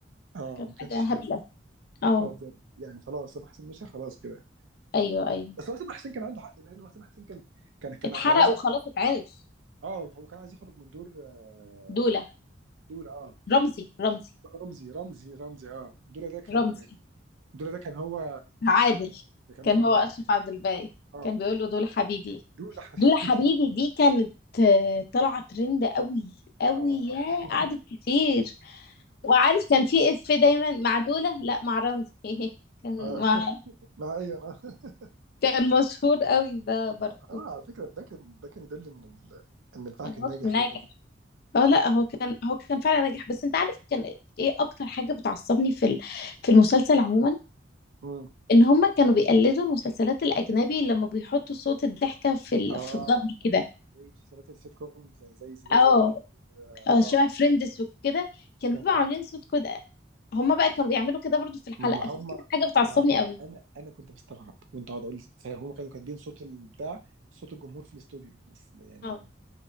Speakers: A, on the right; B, on the left.
A: اه
B: كانت
A: ما كانش
B: حاجه هبله
A: حلو
B: اه
A: اه بجد يعني خلاص سامح حسين مشى خلاص كده
B: ايوه ايوه
A: بس هو سامح حسين كان عنده حق لان هو سامح حسين كان كان كان
B: اتحرق
A: كان عايز
B: وخلاص اتعرف
A: اه هو كان عايز يخرج من دور آه
B: دوله
A: دور اه
B: رمزي رمزي
A: رمزي رمزي رمزي اه دولا ده كان
B: رمزي
A: دولا ده كان هو
B: عادل
A: كان
B: كان
A: هو اه
B: هو اشرف عبد الباقي
A: اه
B: كان بيقول له دول حبيبي
A: دولا حبيبي
B: دول حبيبي دي كانت آه، طالعه ترند قوي قوي
A: <laughs> اه
B: يا
A: اه
B: قعدت كتير وعارف كان في اف دايما مع دولة لا مع رمزي <laughs> كان
A: آه.
B: مع
A: لا ايوه انا
B: كان مشهور قوي ده برضه
A: اه على فكره ده كان ده كان يدل ان ال- ان البتاع
B: يعني
A: كان
B: هو
A: ناجح
B: كان ناجح
A: جدا
B: اه لا هو كان هو كان فعلا ناجح بس انت عارف كان ايه اكتر حاجة بتعصبني في ال- في المسلسل عموما
A: مم.
B: ان هما كانوا بيقلدوا المسلسلات الاجنبي لما بيحطوا صوت الضحكة في ال...
A: اه
B: في الظهر كده
A: اه زي مسلسلات السيت كوم زي زي زي
B: اه
A: زي فريندز. اه
B: اه شبه فريندز
A: اه
B: وكده كانوا
A: اه
B: بيبقوا
A: آه.
B: عاملين صوت كده هما بقى كانوا بيعملوا كده برضه في الحلقة
A: ما هم
B: فدي كانت حاجة بتعصبني
A: ما
B: قوي
A: انا انا كنت بستغرب كنت اقعد اقول فهم كانوا كاتبين صوت البتاع صوت الجمهور في الاستوديو بس يعني
B: اه